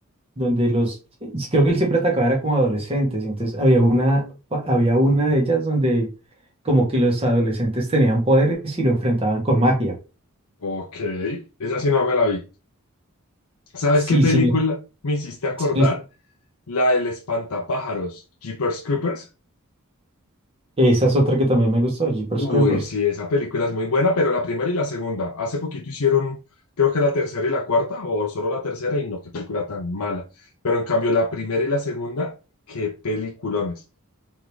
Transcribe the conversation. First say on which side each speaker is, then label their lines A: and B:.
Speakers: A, on the right (about 25°); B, on the left (about 75°).
A: donde los, sí, creo que él siempre atacaba era como adolescentes, y entonces había una, pa- había una de ellas donde como que los adolescentes tenían poderes y lo enfrentaban con magia.
B: Ok, esa sí no me la vi. ¿Sabes
A: Sí,
B: qué película
A: sí, me-
B: me hiciste acordar?
A: sí
B: La del espantapájaros, Jeepers Creepers.
A: me- esa es otra que también me gustó, Jeepers
B: Uy,
A: Creepers.
B: sí, esa película es muy buena, pero la primera y la segunda. Hace poquito hicieron, creo que la tercera y la cuarta, o solo la tercera, y no, qué película tan mala. Pero en cambio, la primera y la segunda, qué peliculones.